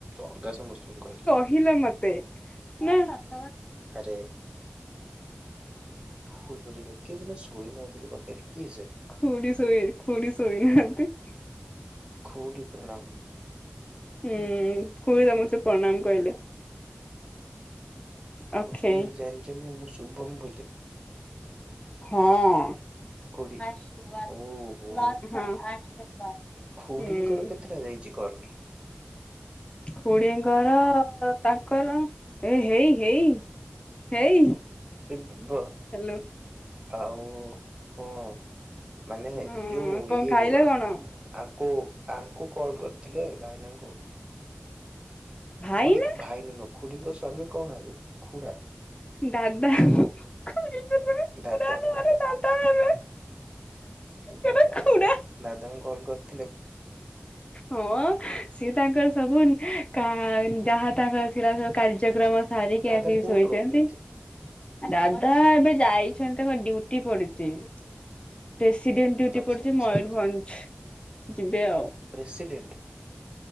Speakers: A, on the right; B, on the left.
A: ଅଲଗା ସମସ୍ତଙ୍କୁ କହିବି।
B: କିଲ ମତେ ମୁଁ <unintelligible>
A: ଆରେ। ଭୁଲ ବୁଝିଲୁ କିଏ ଜଣେ ସୋଇ ନାହାଁନ୍ତି ପାଖରେ କିଏ ସେ?
B: ଖୁଡ଼ି ଶୋଇ। ଖୁଡ଼ି ସୋଇ ନାହାନ୍ତି।
A: ଖୁଡ଼ି ପ୍ରଣାମ।
B: ହୁଁ ଖୁଡି ତମକୁ ସେ ପ୍ରଣାମ କହିଲେ।
A: ଖୁଡ଼ି
B: ଅକ୍ଷୟ
A: ଜାଣିଛନ୍ତି ମୁଁ ଶୁଭମ୍ ବୋଲି?
B: ହଁ।
A: ଖୁଡି
B: ଆର୍ଶୀବାଦ
A: ଓ ହୋ
B: ଆଶୀର୍ବାଦ
A: ଖୁଡିଙ୍କର
B: ହୁଁ।
A: କେତେଟା ଯାଇଛି କଲ୍?
B: ଖୁଡି ଙ୍କର ତାଙ୍କର ଏ ହେଇ ହେଇ। ହେଇ।
A: ଏବ
B: ହ୍ୟାଲୋ
A: ଆଉ ହଁ <unintelligible> ମାନେ
B: ହଁ
A: ଯୋଉ
B: କଣ
A: ଇଏ
B: ଖାଇଲେ
A: <unintelligible>
B: କଣ
A: ଆଙ୍କୁ। ଆଙ୍କୁ କଲ୍ କରିଥିଲେ ଭାଇନାଙ୍କୁ।
B: ଭାଇ
A: ଖୁଡିକୁ
B: ନା
A: ଭାଇ ନୁହଁ ଖୁଡିଙ୍କ ସ୍ଵାମୀ କଣ ହେବେ ଖୁଡ଼ା।
B: ଦାଦା ଖୁଡା
A: ଦାଦା
B: ନୁହଁରେ
A: ଦାଦା।
B: ହେବେ
A: ଦାଦା
B: ସେଟା ଖୁଡା
A: ଦାଦାଙ୍କୁ କଲ୍ କରିଥିଲେ।
B: ହଁ ସିଏ ତାଙ୍କର ସବୁ। କା ଯାହା ତାଙ୍କର ଥିଲା ସବୁ କାର୍ଯ୍ୟକ୍ରମ ସାରିକି
A: ଦାଦା
B: ଆସିକି
A: କୋଉଠି
B: ଶୋଇଛନ୍ତି।
A: ରହୁଛନ୍ତି?
B: ଦାଦା ଏବେ ଯାଇଛନ୍ତି ତାଙ୍କ ଡ୍ୟୁଟି ପଡିଛି। ପ୍ରେସିଡେଣ୍ଟ ଡୁଟି
A: ଆଚ୍ଛା
B: ପଡ଼ିଛି
A: ଆଚ୍ଛା
B: ମୟୂରଭଞ୍ଜ ଯିବେ ଆଉ।
A: ପ୍ରେସିଡେଣ୍ଟ୍?